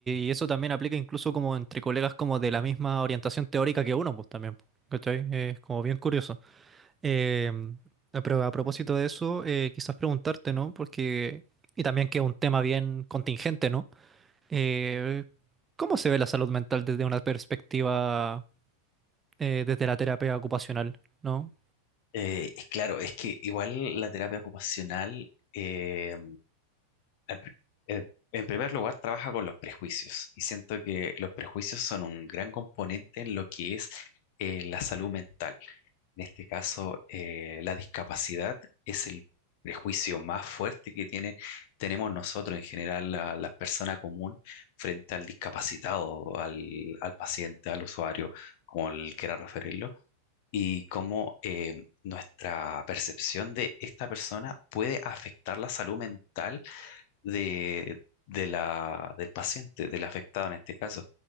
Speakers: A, on the right (about 15°); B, on the left (about 45°).
A: y eso también aplica incluso como entre colegas como de la misma orientación teórica que uno, pues también, pues, ¿cachai? Es como bien curioso. Em, ah, pero a propósito de eso, eh, quizás preguntarte, ¿no? Porque, y también que es un tema bien contingente, ¿no? Eh, ¿cómo se ve la salud mental desde una perspectiva... eh, desde la terapia ocupacional, ¿no?
B: Eh, es claro, es que igual la terapia ocupacional eh, En pr- en- en primer lugar, trabaja con los prejuicios y siento que los prejuicios son un gran componente en lo que es eh, la salud mental. En este caso, eh, la discapacidad es el prejuicio más fuerte que tiene, tenemos nosotros en general, la, la persona común, frente al discapacitado, al, al paciente, al usuario, como él quiera referirlo, y cómo eh, nuestra percepción de esta persona puede afectar la salud mental de, de la, del paciente, del afectado en este caso.